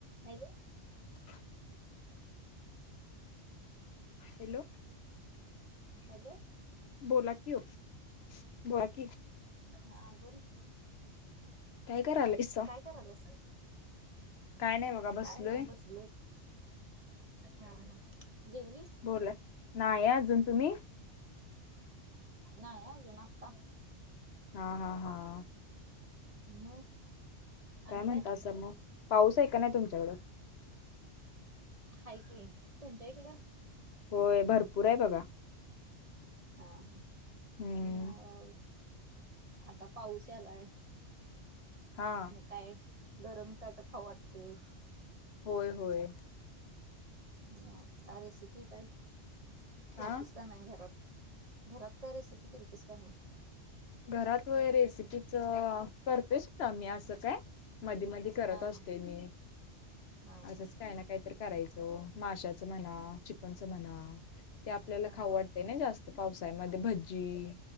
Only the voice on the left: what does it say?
<inaudible> hello
बोला कि ओ. बोला की
काय करायलायसा?
काय नाही बघा बसलोय.
बोला. नाही अजून, तुम्ही?
हा हां हां
म्हणतासा
मग? पाऊस आहे का नाही तुमच्याकडं?
होय भरपूर आहे बघा.
हम्म
हा
होय होय.
आ
घरात व्हय रेसिपीचं करतेच काय मी असं काय मदि मदि. करत
असते
मी
असच काही ना काहीतरी. करायचं माशाचं म्हणा चिकनच म्हणा ते आपल्याला खाऊ
वाटतें ना जास्त पावसाळ्यामध्ये भजी